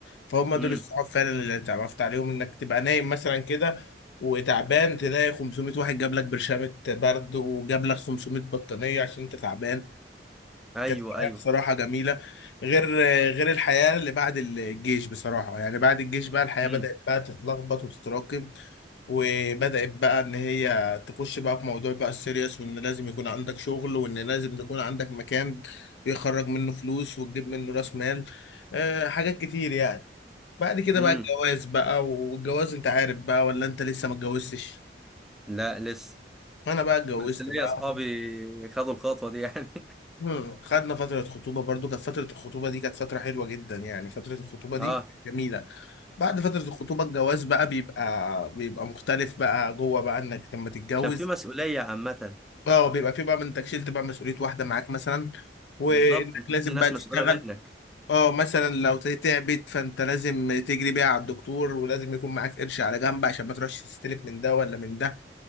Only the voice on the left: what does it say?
فهم دول
الصحاب فعلا اللي اتعرفت عليهم انك تبقى نايم مثلا كده وتعبان تلاقي 500 واحد جاب لك برشامه برد وجاب لك 500 بطانيه عشان انت تعبان
كانت الحياة
بصراحة جميلة غير غير الحياة اللي بعد الجيش بصراحة يعني بعد الجيش بقى الحياة
بدأت بقى تتلخبط وتتراكم وبدأت بقى إن هي تخش بقى في موضوع بقى السيريس وإن لازم يكون عندك شغل وإن لازم يكون عندك مكان يخرج منه فلوس وتجيب منه رأس مال أه حاجات كتير يعني بعد كده
بقى الجواز بقى والجواز أنت عارف بقى ولا أنت لسه ما اتجوزتش؟
أنا بقى اتجوزت
بقى
مم. خدنا فترة خطوبة برضو كانت فترة الخطوبة دي كانت فترة حلوة جدا يعني فترة الخطوبة
دي
جميلة بعد فترة الخطوبة الجواز بقى بيبقى بيبقى مختلف بقى جوه بقى انك لما تتجوز
اه بيبقى في بقى من انك شلت بقى مسؤولية واحدة معاك مثلا وانك
لازم
بقى تشتغل
اه مثلا لو ت- تعبت فانت لازم تجري بيها على الدكتور ولازم يكون معاك قرش على جنب عشان ما تروحش تستلف من ده ولا من ده